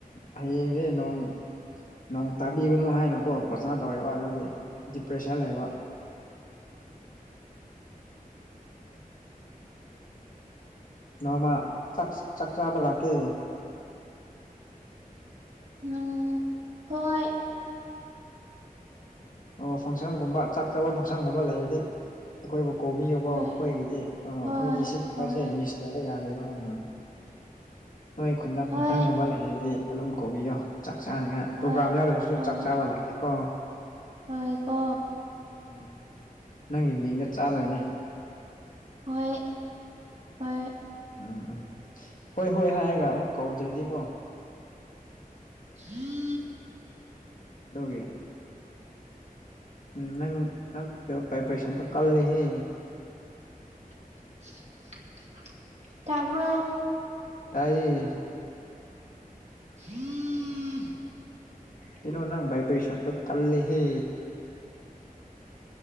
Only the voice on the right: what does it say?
ꯅꯡ ꯍꯣꯏ
ꯍꯣꯏ
ꯍꯣꯏ
ꯍꯣꯏ
ꯍꯣꯏ
ꯍꯣꯏ
ꯍꯣꯏ
ꯍꯣꯏ ꯀꯣ
ꯍꯣꯏ ꯍꯣꯏ
inaudible
inaudible ꯇꯥꯕ꯭ꯔꫭ
inaudible